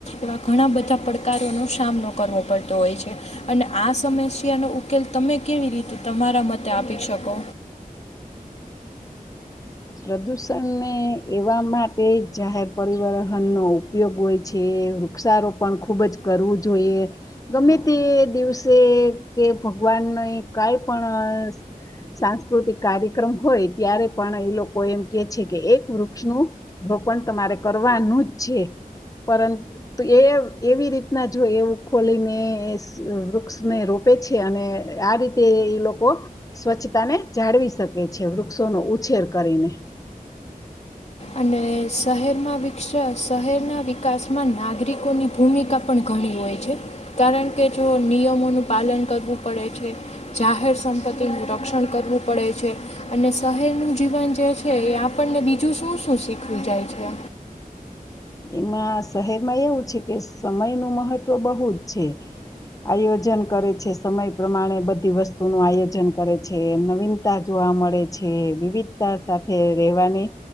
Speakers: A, on the left; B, on the left.
A: એવા ઘણા બધા પડકારોનો સામનો કરવો પડતો હોય છે અને આ સમસ્યાનો ઉ કે તમે કેવી રીતે તમારા મતે આપી શકો.
B: પ્રદૂષણને એવા માટે જાહેર પરિવહનનો ઉપયોગ હોય છે વૃક્ષારોપણ ખુબ જ કરવું જોઈએ ગમે તે દિવસે કે ભગવાનને કઈ પણ સાંસ્કૃતિક કાર્યક્રમ હોય ત્યારે પણ એ લોકો એમ કે છે કે એક વૃક્ષનું રોપણ તમારે કરવાનું જ છે પરંતુ એ એવી રીતના જો એવું ખોલીને વૃક્ષને રોપે છે અને આ રીતે એ લોકો સ્વચ્છતાને જાળવી શકે છે વૃક્ષોનો ઉછેર કરીને
A: અને શહેરમાં વિકસ શહેરના વિકાસમાં નાગરિકોની ભૂમિકા પણ ઘણી હોય છે કારણ કે જો નિયમોનું પાલન કરવું પડે છે જાહેર સંપત્તિનું રક્ષણ કરવું પડે છે અને શહેરનું જીવન જે છે એ આપણને બીજું શું શું શીખું જાય છે.
B: એમાં શહેરમાં એવું છે કે સમય નું મહત્વ બહુ જ છે આયોજન કરે છે સમય પ્રમાણે બધી વસ્તુ નું આયોજન કરે છે નવીનતા જોવા મળે છે વિવિધતા સાથે રહેવાની